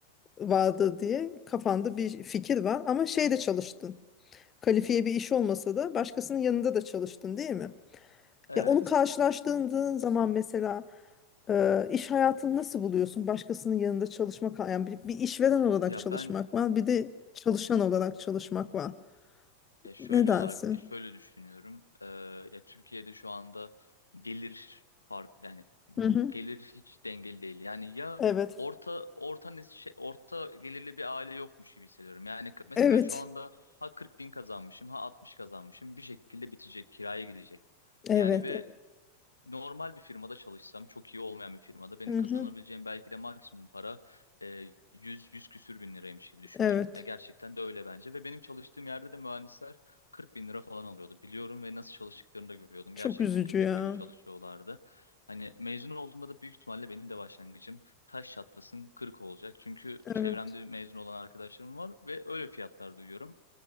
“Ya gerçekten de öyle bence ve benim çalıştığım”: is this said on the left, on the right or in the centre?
Left